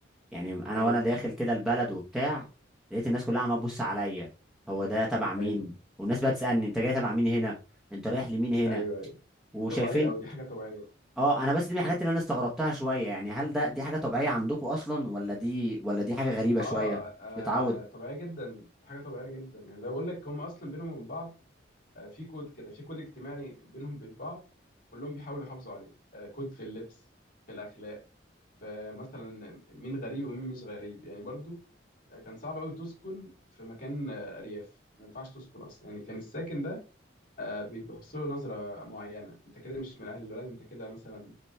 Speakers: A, in the centre; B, on the left.
A: يعني انا
B: ايوه
A: وانا داخل كده البلد وبتاع لقيت الناس كلها عماله تبص عليا هو ده تبع مين
B: ايوه
A: والناس بقى تسألني انت جاي تبع مين هنا انت رايح لمين هنا
B: ايوه ايوه
A: وشايفين
B: طبيعيه او دي حاجه طبيعيه جدا
A: اه انا بس دي من الحاجات اللي انا استغربتها شوية يعني هل ده دي حاجة طبيعية عندكم اصلا ولا دي ولا دي حاجة غريبة
B: اه,
A: شوية
B: آه
A: مش متعود
B: طبيعيه جدا حاجه طبيعيه جدا يعني زي ما بقول لك هم اصلا بينهم وبين بعض آه في كود كده في كود اجتماعي بينهم وبين بعض كلهم بيحاولوا يحافظوا عليه آه كود في اللبس في الاخلاق فمثلا مين غريب ومين مش غريب يعني برضو كان صعب قوي تسكن في مكان آه، ارياف ما ينفعش تسكن اصلا يعني كان الساكن ده آه، بيتبص له نظره معينه انت كده مش من اهل البلد انت كده مثلا